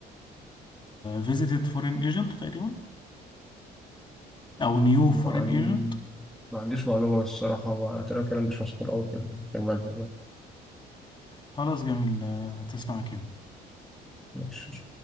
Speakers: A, on the left; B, in the centre.
A: فيزيتد فورين ايجنت تقريبا او نيو
B: ما,
A: فورين
B: عن...
A: ايجنت
B: ما عنديش معلومه الصراحه ما ترى الكلام ده مش مذكور قوي في في المنهج
A: خلاص جميل آه، تسلم يا كيمو
B: مش